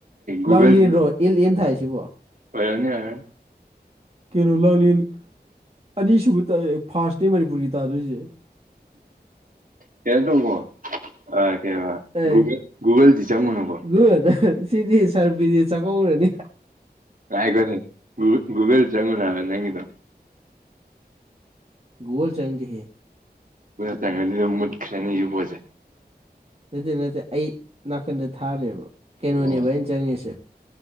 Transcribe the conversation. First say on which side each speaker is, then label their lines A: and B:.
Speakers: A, on the right; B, on the right.
A: ꯒꯨꯒꯜꯗꯤ
B: ꯂꯥꯡ ꯂꯦꯟꯔꯣ ꯑꯦꯜ ꯑꯦꯟ ꯊꯥꯏꯁꯤꯕꯣ
A: ꯑꯣꯏꯔꯝꯅꯤ ꯑꯣꯏꯅꯤ
B: ꯀꯩꯅꯣ ꯂꯥꯡꯂꯦꯟ ꯑꯅꯤꯁꯨꯕ ꯐꯥꯔꯥꯁꯅꯦ ꯃꯅꯤꯄꯨꯔꯒꯤ ꯇꯥꯗꯣꯏꯁꯦ
A: ꯀꯩꯅꯣ ꯇꯧꯕꯣ ꯑ ꯀꯦꯕ
B: ꯑꯦ
A: ꯒꯜꯗꯤ ꯆꯪꯉꯨꯅꯀꯣ
B: <unintelligible> ꯁꯤꯗꯤ ꯁꯔꯕꯤꯗꯤ ꯆꯀꯧꯔꯦꯅꯤ
A: <unintelligible> ꯒꯨꯨꯒꯜ ꯆꯪꯉꯨꯅꯣ ꯍꯥꯏꯕ ꯅꯪꯒꯤꯗꯣ
B: ꯒꯨꯒꯜ ꯆꯪꯗꯦꯍꯦ
A: ꯆꯪꯉ ꯑꯗꯨꯝ ꯃꯨꯠꯈ꯭ꯔꯦꯅꯤ <unintelligible>
B: ꯅꯠꯇꯦ ꯅꯠꯇꯦ ꯑꯩ ꯅꯥꯀꯟꯗ ꯊꯥꯔꯦꯕ ꯀꯩꯅꯣꯅꯦꯕ
A: ꯑꯣ
B: ꯑꯩꯅ ꯆꯪꯉꯤꯁꯦ